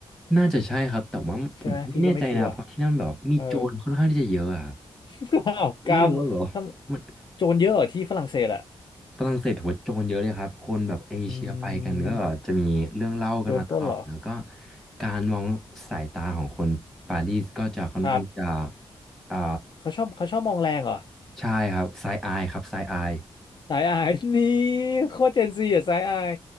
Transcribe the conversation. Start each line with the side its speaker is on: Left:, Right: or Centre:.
Centre: น่าจะใช่ครับแต่ว่าผมก็ไม่แน่ใจนะเพราะที่นั่นแบบมีโจรค่อนข้างที่จะเยอะอะครับ
Left: ใช่ไหมพี่ก็ไม่ชัวร์เออ <laughs> อ้าวกรรมทำโจรเยอะเหรอที่ฝรั่งเศสอะ
Centre: ไม่รู้ว่าแบบมันฝรั่งเศสถือว่าโจรเยอะเลยครับคนแบบเอเชียไปกันก็จะมีเรื่องเล่ากันมาตลอดแล้วก็
Left: อืมโดนปล้นเหรอ
Centre: การมองสายตาของคนปารีสก็จะค่อนข้างที่จะ
Left: ครับ
Centre: อ่า
Left: เขาชอบเขาชอบมองแรงเหรอ
Centre: ใช่ครับไซอายครับไซอาย
Left: สายอาย <laughs> นี่โคตรเจนซีอะสายอาย